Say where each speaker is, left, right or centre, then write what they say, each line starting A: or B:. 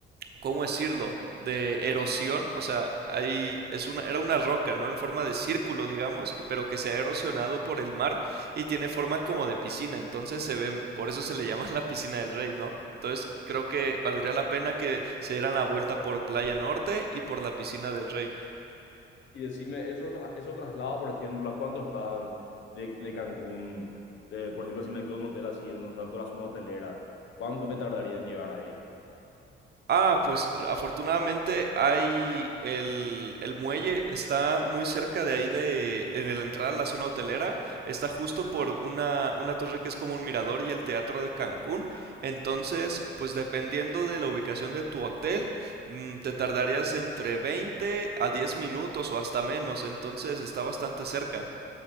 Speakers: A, on the right; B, on the left.
A: ¿cómo decirlo? de erosión, o sea, hay es una era una roca, ¿no? En forma de círculo, digamos, que, pero que se ha erosionado por el mar y tiene forma como de piscina, entonces se ven, por eso se le llama <laughs> la piscina del rey, ¿no? Entonces, creo que valdría la pena que se dieran la vuelta por Playa Norte y por la piscina del rey.
B: Y decime, esos, tra- esos traslados, por ejemplo, ¿a cuánto están de, de Cancún? Eh, por ejemplo, si me quedo en un hotel así, en un santo de la zona hotelera, ¿cuánto me tardaría en llegar ahí?
A: Ah, pues afortunadamente hay el, el muelle, está muy cerca de ahí de, eh, de la entrada a la zona hotelera, está justo por una, una torre que es como un mirador y el teatro de Cancún, entonces pues dependiendo de la ubicación de tu hotel, mm, te tardarías entre 20 a 10 minutos o hasta menos, entonces está bastante cerca.